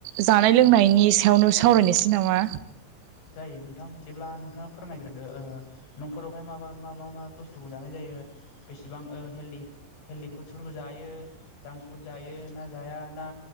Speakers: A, on the right; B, on the left.
A: जानाय लोंनायनि सायावनो सावरायनोसै नामा
B: जायो नोंथां बिदिब्ला नोंथाङा फोरमायग्रोदो ओ न'फोरावहाय मा मा मा मा मा बुस्थुखौ जानाय जायो बेसेबां ओ हेलदि हेलदि फुडस फोरखौ जायो जांक्स फुद जायो ना जाया ना